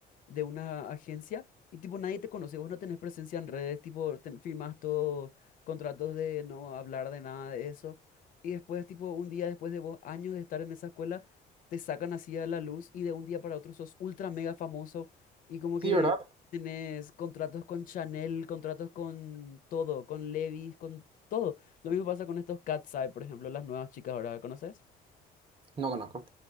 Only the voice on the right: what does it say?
Sí,
¿verdad?
No conozco.